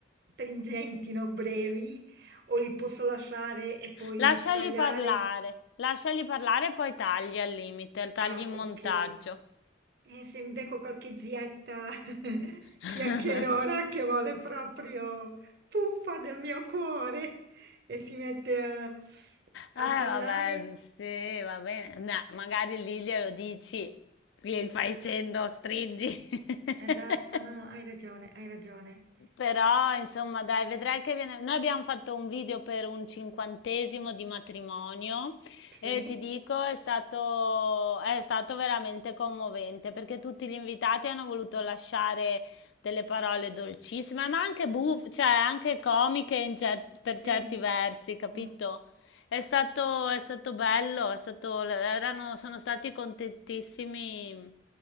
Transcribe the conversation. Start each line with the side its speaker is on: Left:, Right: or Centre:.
Right: stringenti, no? Brevi, o li posso lasciare e poi
Left: Lasciali
Right: tagliare?
Left: parlare, lasciali parlare e poi tagli al limite, tagli
Right: Ah,
Left: in
Right: ok.
Left: montaggio.
Right: Eh, se mi becco qualche zietta <laughs>
Left: <laughs>
Right: chiacchierona che vuole proprio puppa del mio cuore e si mette a,
Left: Eh
Right: a parlare,
Left: vabbè, sì, va bene. No, magari lì glielo dici, gli fai cenno, stringi. <laughs>
Right: esatto, no, no, hai ragione, hai ragione.
Left: Però, insomma, dai, vedrai che viene... Noi abbiamo fatto un video per un cinquantesimo di matrimonio
Right: Sì,
Left: e ti dico, è stato, è stato veramente commovente perché tutti gli invitati hanno voluto lasciare delle parole dolcissime, ma anche buffe, cioè anche comiche in cer- per
Right: sì,
Left: certi versi, capito?
Right: mm,
Left: È stato, è stato bello, è stato, erano, sono stati contentissimi